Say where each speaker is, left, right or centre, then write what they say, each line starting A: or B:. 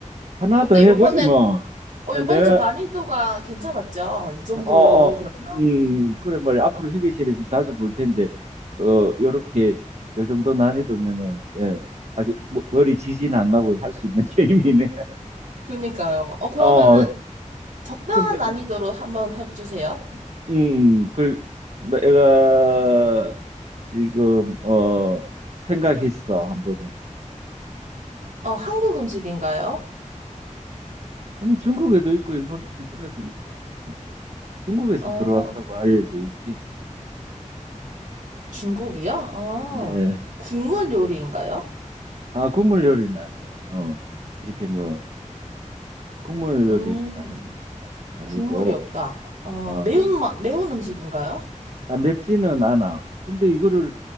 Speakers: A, on the right; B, on the right.
A: 하나
B: 어때,
A: 더 해보지
B: 요번에,
A: 뭐.
B: 어,
A: 어,
B: 요번에
A: 내가
B: 좀 난이도가 괜찮았죠? 이 정도로
A: 어, 어,
B: 그러면.
A: 음, 그래 말이야. 앞으로 휴게실에서 자주 볼 텐데 어, 요렇게 요 정도 난이도면은 예, 아주 머- 머리 지진 안 나고 할 수 있는 <laughs> 게임이네.
B: 그니까요. 어, 그러면은
A: 어,
B: 적당한
A: 근데
B: 난이도로 한번 해주세요.
A: 어, 음, 그, 내가 지금, 어, 생각했어, 한번 에
B: 어, 한국 음식인가요?
A: 아니, 중국에도 있고, 일본, 일본에도 있지. 중국에서
B: 어,
A: 들어왔다고 알려져 있지.
B: 중국이요? 아,
A: 네.
B: 국물 요리인가요?
A: 아, 국물 요리는 아니야. 어, 이렇게 뭐, 국물 요리는
B: 음,
A: 아니, 아, 아니고,
B: 국물이 없다. 어,
A: 어,
B: 매운 맛, 매운 음식인가요?
A: 아, 맵지는 않아. 근데 이거를,